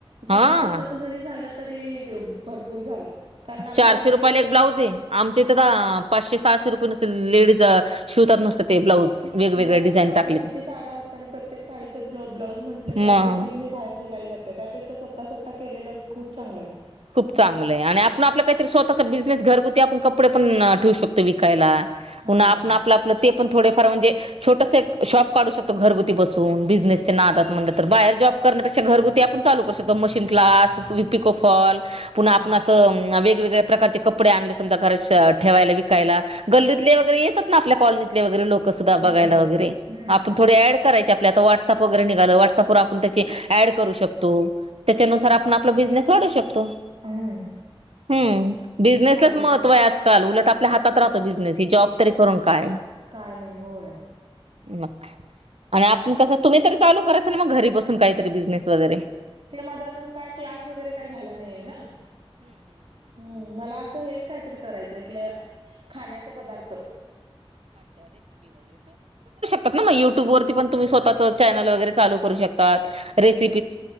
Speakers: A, on the right; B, on the right.
A: स्वतः
B: हा
A: स्वतःच झाल तरी. भरपूर झाल. कारण आपल्या
B: चारशे
A: लेडीस
B: रुपयाला
A: च.
B: एक ब्लाउज आहे. आमच्या इथ पाचशे-सहाशे रुपये नुसते लेडीज शिवतात नुसते ते ब्लाऊज. वेगवेगळ्या
A: वर्षातून
B: डिझाईन
A: आपल्या
B: टाकले की
A: किती साड्या होतात. आणि प्रत्येक साडीचं ब्लाउज म्हटलं तर
B: मग
A: किती बाहेर शिलाई जाते. त्यापेक्षा स्वतः-स्वतः केलेलं खूप चांगलं आहे.
B: खूप चांगलं आहे. आणि आपण आपलं काहीतरी स्वतःचा बिझनेस घरगुती आपण कपडे पण ठेवु शकतो विकायला
A: हा
B: आपण आपलं आपण ते पण तोड फार म्हणजे छोटस एक शॉप काढू शकतो घरगुती बसून बिझनेसचे नादात म्हटलं तर बाहेर जॉब घरगुती आपण चालू करून शकतो मशीन क्लास पिको, फॉल वेगवेगळ्या
A: हा
B: प्रकारचे कपडे आणले समजा घरात ठेवायला, विकायला गल्लीतले वगैरे येतात ना आपल्या कॉलनीतले लोक कस
A: होय
B: बगायला
A: होय
B: वैगेरे
A: हम्म.
B: आपण थोड ऍड करायची आपल्या आता व्हॉट्सअप वगैरे निघालं व्हॉट्सअपवर आपण त्याची ऍड करू शकतो. त्याच्यानुसार
A: हो
B: आपण आपला बिझनेस वाढवु शकतो.
A: <unintelligible>
B: हम. बिझनेसलाच
A: चांगलं
B: महत्त्व
A: ते
B: आहे आजकाल, उलट आपल्या हातात राहतो बिझनेस ही जॉब तरी करून काय
A: काय नाही होय.
B: मग आणि आपण कस तुम्ही तर चालू कराच ना मग घरी बसून काहीतरी बिझनेस वगैरे
A: ते माझा अजून काय क्लास वगैरे काय झाला नाहीये ना. हम्म मला असं हेच काहीतरी करायच आहे क खाण्याचा पदार्थ.
B: करतात ना मग युट्युब वरती तुम्ही स्वतःचं चैनल वगैरे चालु करु शकतात रेसिपी